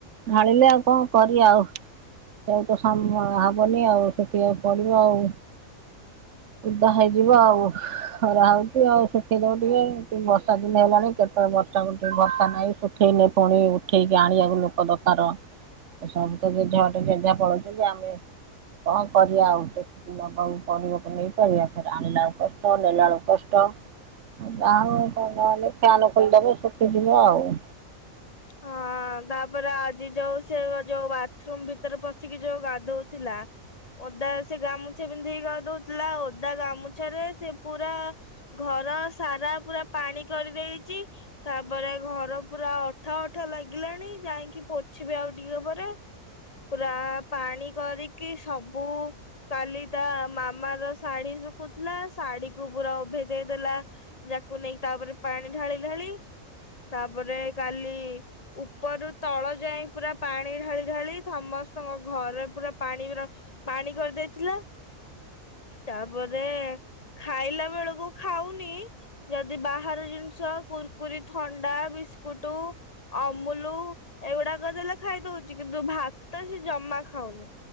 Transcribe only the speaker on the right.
ଢାଳିଲେ ଆଉ କଣ କରିବା ଆଉ। ସେ ତ ହବନି ଆଉ ସେଥିପାଇ ପଡିବ ଆଉ। ଉଦା ହେଇଯିବ ଆଉ ଖରା ହଉଛି ଆଉ ଶୁଖେଇ ଦବ ଟିକେ ଦିନ ହେଲାଣି କେତବେଳେ ବର୍ଷା ଉଠେଇବ ବର୍ଷା ନାହିଁ। ଶଠେଇନେ ପୁଣି ଉଠେଇକି ଆଣିବାକୁ ଲୋକ ଦରକାର। ଆଉ ସବୁ ତ ଜେଝାବାଟେରେ ଯେଝା ପଳଉଛନ୍ତି ଆମେ କଣ କରିବା ଆଉ। ନବାକୁ ପଡିବ ନେଇପାରିବା ଫରେ ଆଣିଲା ବଳୁ କଷ୍ଟ ନେଲା ବେଳୁ କଷ୍ଟ। ଯାହେଲେ ଫ୍ୟାନ ଫୁନି ଦେବେ ଶୁଖିଯିବ ଆଉ।